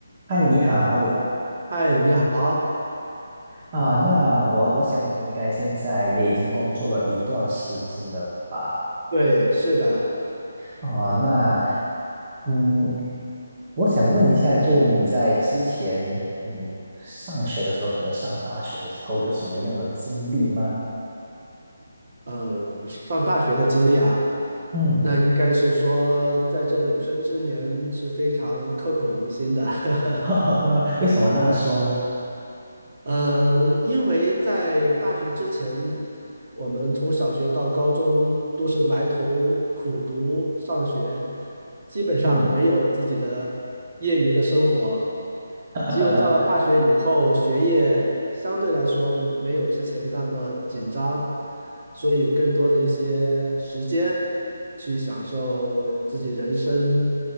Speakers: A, on the right; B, on the right.
A: 嗨，你好
B: 嗨，你好。
A: 啊，那我我想你应该现在也已经工作了一段时间了吧？
B: 对，是的，
A: 啊，那嗯，我想问一下，就你在之前嗯上学的时候，可能上大学的时候有什么样的经历吗？
B: 嗯，上大学的经历啊，
A: 嗯，
B: 那应该是说在这有生之年是非常刻骨铭心的。
A: <laughs>
B: <laughs>
A: 为什么那么说呢？
B: 嗯，呃因为在大学之前，我们从小学到高中都是埋头苦读上学，基本上没有自己的业余的生活。
A: 嗯，<laughs>
B: 只有到了大学以后，学业相对来说没有之前的那么紧张，所以有更多的一些时间去享受自己人生，